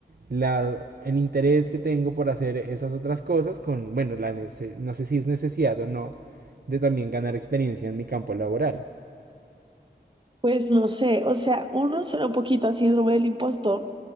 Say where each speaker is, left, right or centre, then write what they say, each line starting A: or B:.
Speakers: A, on the right; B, on the right.
A: la, el interés que tengo por hacer esas otras cosas con, bueno, la nece- no sé si es necesidad o no de también ganar experiencia en mi campo laboral.
B: Pues no sé, o sea, uno suena un poquito a síndrome del impostor